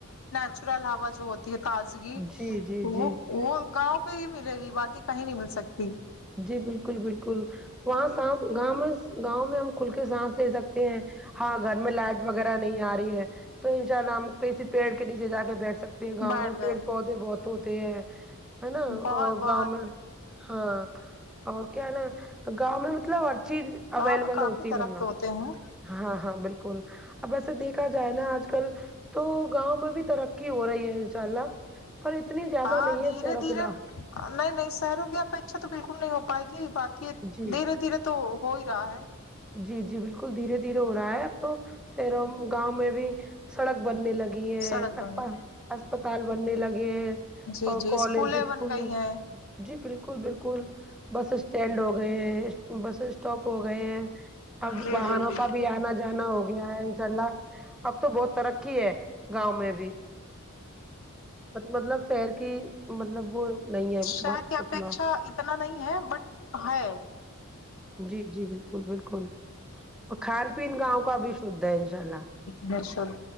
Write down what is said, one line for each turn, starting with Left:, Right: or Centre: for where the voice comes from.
Left: نچرل ہوا جو ہوتی ہے تازگی
Centre: جی جی
Left: وہ
Centre: جی
Left: وہ گاؤں پہ ہی ملے گی باقی کہیں نہیں مل سکتی
Centre: جی بالکل بالکل وہاں سانس گاؤں میں گاؤں میں ہم کھل کے سانس لے سکتے ہیں ہاں گھر میں لائٹ وغیرہ نہیں آ رہی ہے تو ان شاء اللہ ہم کسی پیڑ کے نیچے جا کے بیٹھ سکتے گاؤں
Left: بیٹھ
Centre: میں
Left: گئے
Centre: پیڑ پودے بہت ہوتے ہیں ہے نا
Left: بہت
Centre: اور
Left: بہت
Centre: گاؤں میں ہاں اور کیا ہے نا گاؤں میں مطلب ہر چیز اویلیبل
Left: گاؤں میں کافی
Centre: ہوتی ہے
Left: درخت
Centre: مطلب
Left: ہوتے ہیں
Centre: ہاں ہاں بالکل اب ایسے دیکھا جائے نا آج کل تو گاؤں میں بھی ترقی ہو رہی ہے ان شاء اللہ پر اتنی زیادہ
Left: ہاں
Centre: نہیں
Left: دھیرے
Centre: ہے سیر و
Left: دھیرے
Centre: قعہ
Left: نہیں نہیں شہروں کی اپیچھا تو بالکل نہیں ہو پائے گی باقی
Centre: جی
Left: دھیرے دھیرے تو ہو ہی رہا ہے
Centre: جی جی بالکل دھیرے دھیرے ہو رہا ہے اب تو سیروں گاؤں میں بھی سڑک بننے لگی ہے
Left: سڑک بن گئی
Centre: اسسپتال بننے لگے ہیں
Left: جی
Centre: اور
Left: جی
Centre: کالج
Left: اسکولیں
Centre: اسکول
Left: بن گئی ہیں
Centre: جی بالکل بالکل بس اسٹینڈ ہو گئے ہیں بس اسٹاپ ہو گئے ہیں اب
Left: جی
Centre: واہنوں
Left: جی جی
Centre: کا بھی آنا جانا ہوگا گیا ہے ان شاء اللہ اب تو بہت ترقی ہے گاؤں میں بھی مطلب شہر کی مطلب وہ نہیں ہے
Left: شہر کی اپیکشا
Centre: مطلب
Left: اتنا نہیں ہے بٹ ہے
Centre: جی جی بالکل بالکل اور کھان پین گاؤں کا بھی شدھ ہے انشاء اللہ
Left: بیشک